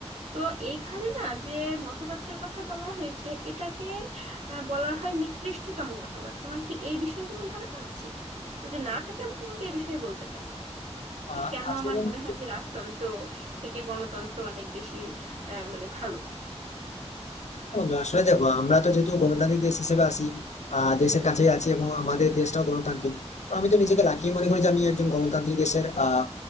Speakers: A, on the right; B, on the left.
A: তো এইখানে না যে মতবাদটার কথা বলা হয়েছে এটাকে আহ, বলা হয় নিকৃষ্টতম মতবাদ তোমার কি এই বিষয়ে কোনো ধারণা আছে যদি না থাকে আমি তোমাকে এই বিষয়ে বলতে পারি যে
B: আহ
A: কেন
B: আসলে
A: আমার
B: বন্ধু
A: মনে হয় যে রাজতন্ত্র থেকে গণতন্ত্র অনেক বেশি আহ, মানে ভালো
B: বন্ধু আসলে দেখো আমরা তো যেহেতু গণতান্ত্রিক দেশ হিসেবে আছি আহ দেশের কাছেই আছি এবং আমাদের দেশটাও গণতান্ত্রিক তো আমি তো নিজেকে লাকি মনে করি যে আমি একজন গণতান্ত্রিক দেশের আহ